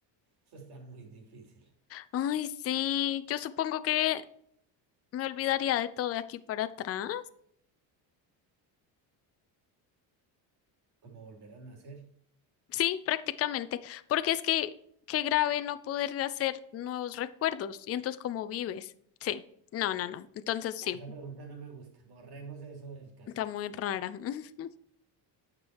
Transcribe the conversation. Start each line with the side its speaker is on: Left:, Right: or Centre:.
Right: Eso está muy difícil.
Left: Ay, sí, yo supongo que me olvidaría de todo de aquí para atrás.
Right: ¿Cómo volver a nacer?
Left: Sí, prácticamente, porque es que qué grave no poder hacer nuevos recuerdos y entonces cómo vives. Sí, no, no, no. Entonces
Right: No,
Left: sí,
Right: esa pregunta no me gusta. Borremos eso del cassette.
Left: está muy rara. <laughs>